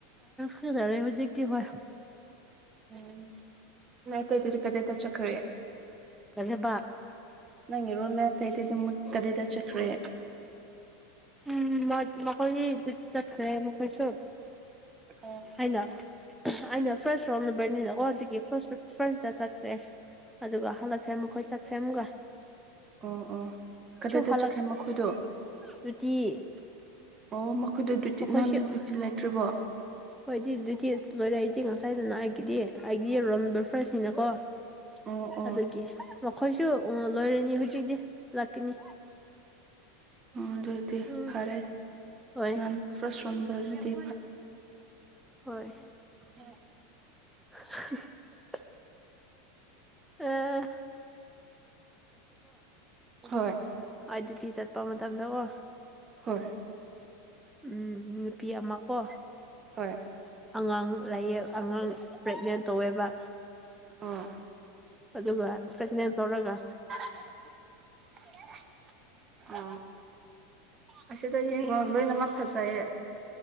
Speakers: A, in the centre; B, on the right.
A: ꯍꯗꯔꯦ ꯍꯧꯖꯤꯦꯛ ꯀ ꯍ
B: ꯎꯝ ꯃꯥꯏ ꯇꯗꯔꯤ ꯀꯗꯦꯗ ꯆꯈ꯭ꯔꯦ
A: ꯀꯜꯦꯕꯥꯛ
B: ꯅꯪ ꯏꯔꯣꯃꯦ ꯑꯇꯩꯗꯤ ꯑꯗꯨꯝꯃꯛ ꯀꯗꯥꯏꯗ ꯆꯠꯈ꯭ꯔꯦ
A: ꯎꯝ ꯃ ꯃꯈ ꯀꯣꯏ ꯆꯠꯁꯦ ꯃꯣꯏ ꯀꯣꯏꯁꯨ
B: ꯑꯣ
A: ꯑꯩꯅ ꯑꯩꯅ ꯐꯥꯔꯁ ꯔꯣꯜ ꯅꯕꯔꯅꯤꯅꯀꯣ ꯑꯗꯨꯒꯤ ꯐꯥꯔꯁ ꯐꯥꯔꯁꯇ ꯆꯠꯈ꯭ꯔꯦ ꯑꯗꯨꯒ ꯍꯜꯂꯛꯈ꯭ꯔꯦ ꯃꯈꯣꯏ ꯆꯠꯈ꯭ꯔꯦ ꯑꯃꯒ
B: ꯑꯣ ꯑꯣ ꯀꯗꯥꯏꯗ
A: ꯍꯜꯂꯛ
B: ꯆꯠꯈ꯭ꯔꯦ ꯃꯈꯣꯏꯗꯣ
A: ꯗ꯭ꯌꯨꯇꯤ
B: ꯑꯣ ꯃꯈꯣꯏꯗ ꯗ꯭ꯌꯨꯇꯤ
A: ꯃꯈꯣꯏꯁꯨ
B: ꯅꯪꯗꯤ ꯗ꯭ꯌꯨꯇꯤ ꯂꯩꯇ꯭ꯔꯤꯕꯣ
A: ꯍꯣꯏꯗꯤ ꯑꯗꯨꯗꯤ ꯂꯣꯏꯔꯛꯏꯗꯤ ꯉꯁꯥꯏꯗꯨꯅ ꯑꯩꯒꯤꯗꯤ ꯑꯩꯗꯤ ꯔꯣꯝ ꯅꯝꯕꯔ ꯐꯥꯔꯁꯅꯤꯅꯀꯣ
B: ꯑꯣ ꯑꯣ ꯑꯣ
A: ꯑꯗꯨꯒꯤ ꯃꯈꯣꯏꯁꯨ ꯂꯣꯏꯔꯅꯤ ꯍꯧꯖꯤꯛꯇꯤ ꯂꯥꯛꯀꯅꯤ
B: ꯑꯣ ꯑꯗꯨꯗꯤ
A: ꯎꯝ
B: ꯐꯔꯦ
A: ꯍꯣꯏ
B: ꯅꯥꯟ ꯁꯝꯔꯤꯗꯤ
A: ꯍꯣꯏ
B: ꯍꯝ
A: <unintelligible> ꯑꯥ
B: ꯍꯣꯏ
A: ꯑꯗꯨ ꯑꯗꯨꯗꯤ ꯆꯠꯄ ꯃꯇꯝꯗ ꯑꯣ
B: ꯍꯣꯏ
A: ꯎꯝ ꯅꯨꯄꯤ ꯑꯃꯀꯣ
B: ꯍꯣꯏ
A: ꯑꯉꯥꯡ ꯂꯥꯏꯌꯦ ꯑꯉꯥꯡ ꯄ꯭ꯔꯦꯒꯅꯦꯟ ꯇꯧꯋꯦꯕ
B: ꯑꯣ
A: ꯑꯗꯨꯒ ꯄ꯭ꯔꯒꯅꯦ ꯟ ꯇꯧꯔꯒ
B: <unintelligible> ꯑ ꯑꯁꯤꯗ ꯌꯦꯡꯉꯣ ꯂꯣꯏꯅꯃꯛ ꯐꯖꯩꯌꯦ